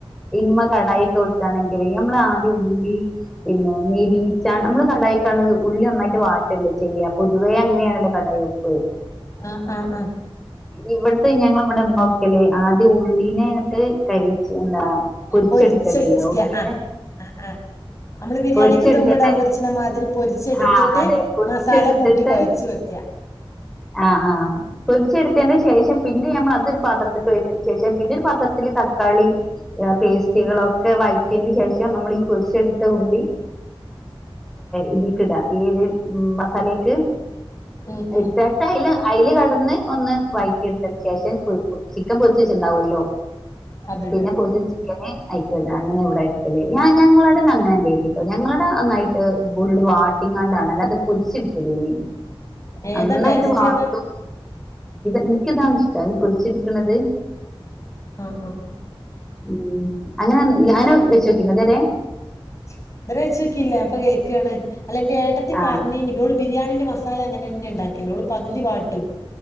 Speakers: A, in the centre; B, on the left.
A: ഇമ്മ കടായി ഒക്കെ വെക്കാണെങ്കിൽ നമ്മള ആദ്യം ഉള്ളി പിന്നെ നെരിയിച്ച നമ്മള് കടായിക്കാണ് ഉള്ളി ഒന്നായിട്ട് വാട്ടല്ലേ ചെയ്യ പൊതുവേ അങ്ങനെയണല്ലോ കടായി വെപ്പ്
B: ആഹ് ആഹ് ആഹ്
A: ഇവിടത്തെ ഞങ്ങള ഇവിടെ ഇമ്മ വെക്കല് ആദ്യം ഉള്ളിനെ അങ്ങിട്ട് നെരിച്ച് എന്താ പൊരിച്ചെടുക്കാ
B: പൊരിച്ചടിച്ചിക്ക
A: ചെയ്യാ ഉള്ളീനെ
B: ആഹ് ആഹ് ആ നമ്മള് ബിരിയാണിക്ക്
A: പൊരിച്ചെടുത്തന്നെ
B: ദമ്മിടാ പൊരിച്ണ മാതിരി പൊരിച്ചെടുത്തിട്ട്
A: ആ അതെ പൊരിച്ചെടുത്തിട്ട്
B: മസാല കൂട്ടി കൊഴച്ച് വെക്ക
A: ആഹ് ആഹ് പെരിച്ചെടുത്തതിന്റെ ശേഷം പിന്നെ ഞമ്മള് അതൊരു പാത്രത്തിലേക്ക് ഒഴിച്ചതിന് ശേഷം പിന്നെ ഒരു പാത്രത്തില് തക്കാളി പേസ്റ്റികളൊക്കെ വഴറ്റിയതിന്റെ ശേഷം നമ്മള ഈ പൊരിച്ചെടുത്ത ഉള്ളി ഇതിക്ക് ഇടാം ഈ ഒരു മസാലക്ക്
B: ഉം ഉം
A: ഇട്ട് അയ്ല് അയ്ല് കടന്ന് ഒന്ന് വയറ്റി എടുത്ത ശേഷം ചിക്കൻ പൊരിച്ച് വെച്ചു ഉണ്ടാവല്ലോ
B: അതിട
A: പിന്നെ പൊരിച്ച ചിക്കന് അയ്ക്ക് ഇടാ അങ്ങനെ ഇവിടെ വെക്കല് ഞ ഞങ്ങളാടെ ഒന്നു അങ്ങനെല്ലേനിട്ടോ ഞങ്ങടെ നന്നായി ട്ട് ഫുള്ള് വാട്ടിങ്ങാണ്ടാണ് അല്ലാതെ പൊരിച്ച് എട് ഉള്ളി നന്നായിട്ട്
B: ഏതാ ടേസ്റ്റ്
A: വാട്ടും
B: ഏതാ
A: ഇനിക്ക് ഇതാണ് ഇഷ്ടം ഈ പെരിച്ചെടുക്ക്ണത് ക
B: ആഹ് ആഹ്
A: ഉം അങ്ങന അങ്ങനെ വെച്ചോക്കിണോ ഇത് വരെ
B: ഇത് വരെ വെച്ചോക്കില്ല ഞാൻ ഇപ്പം കേൾക്കാണ് അല്ല എന്റെ ഏട്ടത്തിൽ
A: ആഹ്
B: പറഞ്ഞനി ഓള് ബിരിയാണിന്റെ മസാല അങ്ങന്നെ തന്നെ ഉണ്ടാക്കല് ഓള് പകുതി വാട്ടും